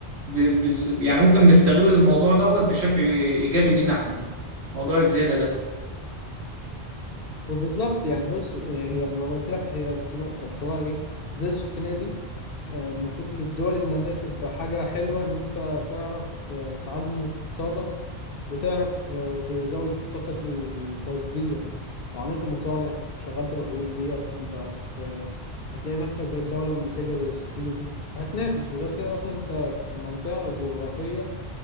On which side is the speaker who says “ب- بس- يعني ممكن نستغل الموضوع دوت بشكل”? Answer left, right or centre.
Right